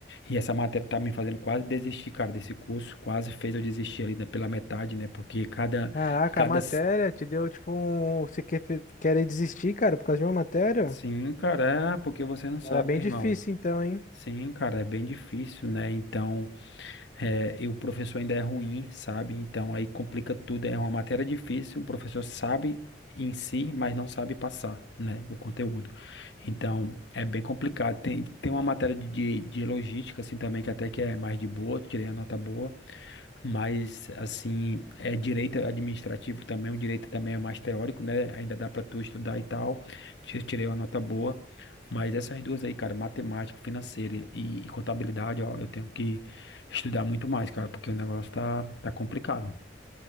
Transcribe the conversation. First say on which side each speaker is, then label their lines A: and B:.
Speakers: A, on the left; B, on the left.
A: e essa matéria tá me fazendo quase desistir, cara, desse curso. Quase fez eu desistir ali, né, pela metade, né? Porque cada,
B: Caraca,
A: cada
B: a matéria te deu tipo um. Você quer, querer desistir, cara, por causa de uma matéria?
A: Sim, cara, é porque você não sabe,
B: Era bem
A: meu
B: difícil
A: irmão.
B: então, hein?
A: Sim, cara, é bem difícil, né? Então, é, e o professor ainda é ruim, sabe? Então, aí complica tudo. É uma matéria difícil, o professor sabe em si, mas não sabe passar, né? O conteúdo. Então, é bem complicado. Tem, tem uma matéria de, de, de logística, assim, também, que até que é mais de boa, tirei a nota boa. Mas, assim, é direito administrativo também, o direito também é mais teórico, né? Ainda dá para tu estudar e tal. Ti- Tirei uma nota boa. Mas essas duas aí, cara, matemática, financeira e, e contabilidade, ó, eu tenho que estudar muito mais, cara, porque o negócio tá, tá complicado.